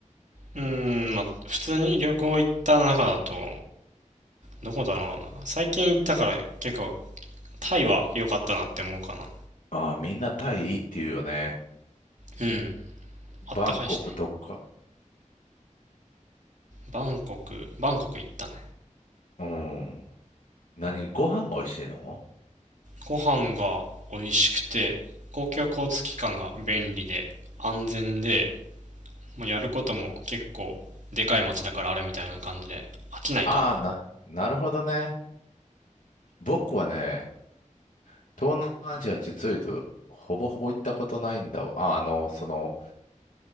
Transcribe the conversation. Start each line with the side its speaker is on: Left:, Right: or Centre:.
Right: うーん、まあ、普通に旅行行った中だと、どこだろうな。最近行ったから結構タイは良かったなって思うかな。
Left: ああ、みんなタイいいって言うよね。
Right: うん。あったかいしね。
Left: バンコクとか、
Right: バンコク、バンコク行ったね。
Left: うん。何、ご飯が美味しいの
Right: ご飯が美味しくて、公共交通機関が便利で安全で、もうやることも結構でかい街だからあるみたいな感じで飽きないかな。
Left: ああ、な、なるほどね。僕はね、東南アジア実を言うと、ほぼほぼ行ったことないんだわ。あ、あの、その、